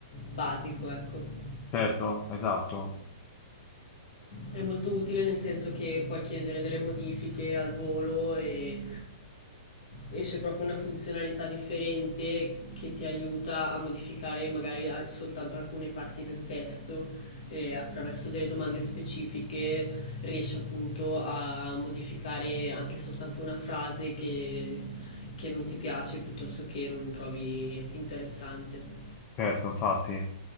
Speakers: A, on the left; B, on the left.
A: basico, ecco.
B: Certo, esatto,
A: È molto utile nel senso che puoi chiedere delle modifiche al volo e esce proprio una funzionalità differente che ti aiuta a modificare magari a- soltanto alcune parti del testo e attraverso delle domande specifiche riesci appunto a modificare anche soltanto una frase che, che non ti piace piuttosto che non trovi interessante.
B: certo, infatti.